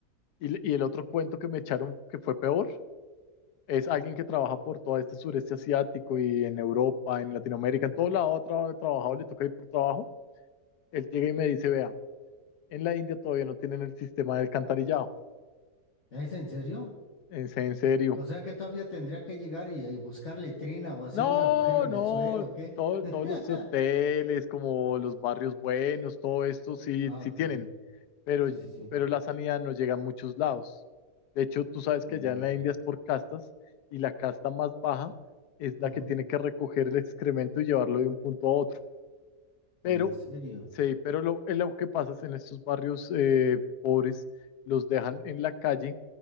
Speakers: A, on the left; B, on the left.
A: Y, l- y el otro cuento que me echaron que fue peor, es alguien que trabaja por todo este sureste asiático y en Europa, en Latinoamérica, en todo lado ha tra- trabajado, le toca ir por trabajo. Él llega y me dice, vea, en la India todavía no tienen el sistema de alcantarillado.
B: ¿Es en serio?
A: En en serio,
B: O sea que todavía tendría que llegar y, y buscar letrina o hacer
A: No,
B: un agujero en
A: no,
B: el suelo, ¿o qué?
A: todo- todos
B: <laughs>
A: los hoteles, como los barrios buenos, todo esto sí,
B: Ah,
A: sí
B: ok.
A: tienen, pero,
B: Sí,
A: ll-
B: sí, sí.
A: pero la sanidad no llega a muchos lados. De hecho, tú sabes
B: Ah,
A: que allá en la India es por castas y la casta más baja es la
B: ujú.
A: que tiene que recoger el excremento y llevarlo de un punto a otro. Pero,
B: En serio.
A: sí, pero lo, eh, lo que pasa es en estos barrios eh, pobres, los dejan en la calle